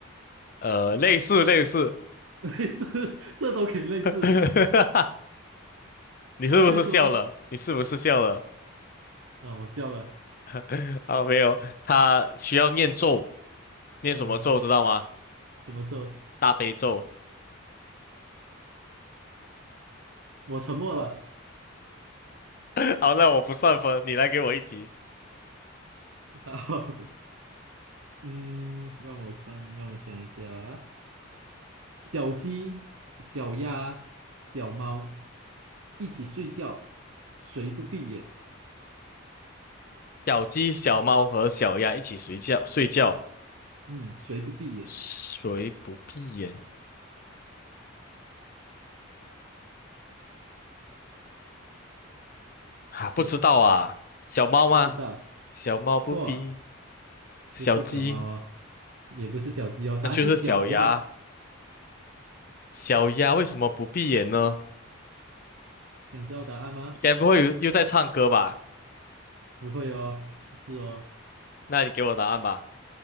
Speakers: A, on the left (about 45°); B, on the right (about 80°).
A: 呃，类似，类似。
B: <laughs> 类似，<laughs> 这都可以类似。
A: <laughs> 你是不是笑了？
B: 他就说
A: 你是不是笑了？
B: 啊，我笑了，
A: <laughs> 啊，没有，他需要念咒，念什么咒知道吗？
B: 嗯、什么咒？
A: 大悲咒。
B: 我沉默了。
A: <laughs> 好，那我不算分，你来给我一题。
B: 然后，嗯，让我看，让我想一下啊，小鸡、小鸭、小猫一起睡觉，谁不闭眼？
A: 小鸡、小猫和小鸭一起睡觉，睡觉，
B: 嗯，谁不闭眼？
A: 谁不闭眼？啊，不知道啊，
B: 对，
A: 小猫吗？
B: 不知道，
A: 小猫不闭，
B: 错，
A: 小鸡，
B: 不是小猫哦，也不是小鸡哦，答案是小鸭。
A: 那就是小鸭。小鸭为什么不闭眼呢？
B: 想知道答案吗？
A: 该不会又又在唱歌吧？
B: 不会哦，不是哦，
A: 那你给我答案吧。